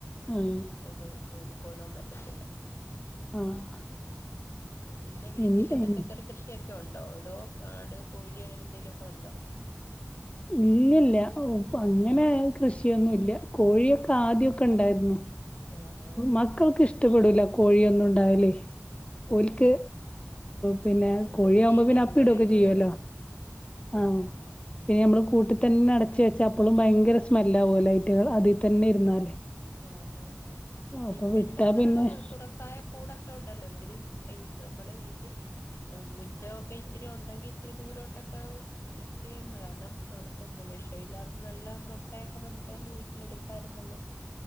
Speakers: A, on the left (about 25°); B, on the left (about 60°).
A: ആഹ്
B: അത് ഉൾക്കൊള്ളാൻ പറ്റത്തില്ല.
A: ആഹ്.
B: പിന്നെ വീട്ടില്
A: എൻ എൻ
B: പച്ചക്കറി കൃഷിയൊക്കെ ഒണ് ഉണ്ടോ അതോ കാട് കോഴി അങ്ങനെ എന്തെലു ഒക്കെ ഒണ്ടോ
A: ഇല്ലല്ല ഓ അങ്ങനെ കൃഷിയൊന്നും ഇല്ല കോഴിയൊക്കെ ആദ്യൊക്കെ ഇണ്ടായിരുന്നു.
B: ആഹ് ആഹ്
A: മക്കൾക്ക് ഇഷ്ടപ്പെടൂല്ല കോഴിയൊന്ന ണ്ടാവല്ലെ
B: ഓ
A: ഓൽക്ക് പിന്നെ കോഴിയാവുമ്പോ
B: വൃത്തിയില്ലാന്ന്
A: പിന്നെ അപ്പിടൊക്കെ
B: പറയൂല്ലേ
A: ചെയ്യുവല്ലോ ആഹ്. പിന്നെ നമ്മൾ കൂട്ടി തന്നെ അടച്ച് വെച്ചാ അപ്പളും ഭയങ്കര സ്മെല്ലാവുലെ ഇവറ്റകൾ അതിൽത്തന്നെ ഇരുന്നാല്.
B: ആഹ് ആഹ് ആഹ് അല്ലെ
A: അപ്പൊ
B: ഇപ്പഴത്തെ
A: വിട്ടാ
B: അങ്ങനുള്ള
A: പിന്നെ
B: വീ തുടസായ കൂടൊക്കെ ഉണ്ടല്ലോ ഇച്ചിരി പ്ലെയ്സ് നമ്മുടെ വീട്ടി ഉം മുറ്റൊക്കെ ഇച്ചിരി ഉണ്ടെങ്കി ഇച്ചിരി ദൂരോട്ടൊക്കെ ഒക്കെന്ന് ഏഹ് കാരണം ഏ അവർക്ക് വിഷവില്ലാത്ത നല്ല മുട്ടയൊക്കെ നമുക്ക് തന്നെ വീട്ടിലെക്കാടുക്കാര് ന്നുള്ള